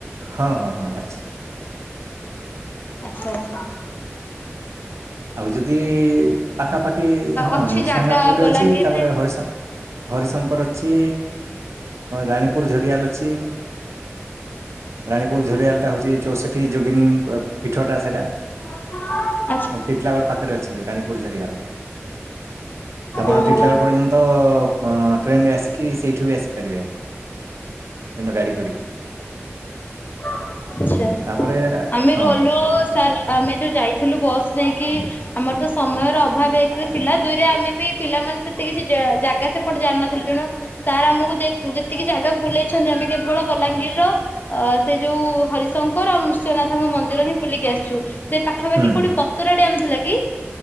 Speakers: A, on the right; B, on the left.
A: ହଁ ହଁ ହଁ ଅଛି
B: ଆଛା ଆଛା
A: ଆଉ ଯଦି ପାଖାପାଖି ହଁ
B: ଅଛି
A: ନୃସିଂହନାଥ
B: ଜାଗା
A: ଗୋଟେ
B: ବଲାଙ୍ଗୀରରେ?
A: ଅଛି ତାପରେ ହରିଶ ହରିଶଙ୍କର ଅଛି ରାଣୀପୁରଝରିଆଲ ଅଛି। ରାଣୀପୁରଝରିଆଲ ଟା ହଉଛି ଚଉଷଠି ଯୋଗିନୀ ପିଠ ଟା ସେଇଟା
B: <inaudible>
A: ହେଲେ ଟିଟଲାଗଡ଼ ପାଖରେ ଅଛି ରାଣୀପୁର ଝରିଗଲା ଆପଣ
B: ଓହୋ
A: ଟିଟଲାଗଡ଼ ପର୍ଯ୍ୟନ୍ତ ଟ୍ରେନ୍ ଆସିକି ସେଇଠୁ ବି ଆସି ପାରିବେ <inaudible> ଗାାଡ଼ି କରିକି
B: ଆଛା
A: ତାପରେ
B: ଆମେ
A: ହଁ
B: ଗଲୁ ସାର୍ ଆମେ ଯୋଉ ଯାଇଥିଲୁ ବସ୍ ନେଇକି ଆମର ତ ସମୟର ଅଭାବ ଏକରେ ଥିଲା ଦୁଇରେ ଆମେ ବି ପିଲାମାନେ ସେତେ କିଛି ଜାଗା ସେପଟେ ଜାଣିିନଥିଲ ତେଣୁ ସାର୍ ଆମକୁ ଯେତିକି ଜାଗା ବୁଲେଇଛନ୍ତି ଆମେ କେବଳ ବଲାଙ୍ଗୀର ର ଅ ସେ ଯୋଉ ହରିଶଙ୍କର ଆଉ ନୃସିିଂହନାଥଙ୍କ ମନ୍ଦିର ହିଁ ବୁଲିକି ଆସିଛୁ ସେ ପାଖାପାଖି
A: ହୁଁ
B: କୋଉଠି ପତରା ଡିମ୍ ଥିଲା କି